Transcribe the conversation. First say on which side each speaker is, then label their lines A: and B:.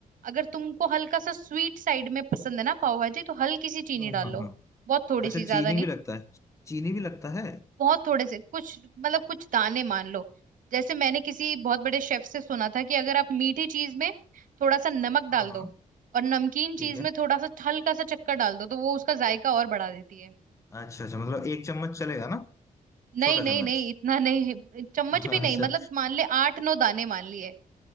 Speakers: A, on the right; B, on the left.
A: अगर तुमको हल्का सा स्वीट साइड में पसंद है ना पाव भाजी तो हल्की सी चीनी
B: हाँ
A: डालो
B: हाँ हाँ
A: बहुत थोड़ी
B: अच्छा
A: सी ज्यादा
B: चीनी
A: नहीं
B: भी लगता है चीनी भी लगता है
A: बहुत थोड़े से कुछ मतलब कुछ दाने मान लो जैसे मैंने किसी बहुत बड़े शेफ से सुना था कि अगर आप मीठी चीज में थोड़ा सा नमक
B: हाँ
A: डाल
B: हाँ
A: दो और नमकीन
B: ठीक
A: चीज
B: है
A: में थोड़ा सा हल्का सा चक्कर डाल दो तो वो उसका जायका और बढ़ा देती है
B: अच्छा अच्छा मतलब एक चम्मच चलेगा ना
A: नहीं
B: छोटा
A: नहीं
B: चम्मच
A: नहीं इतना नहीं चम्मच
B: <laughs>
A: भी नहीं
B: अच्छा
A: मतलब मान ले आठ नौ दाने मान लिए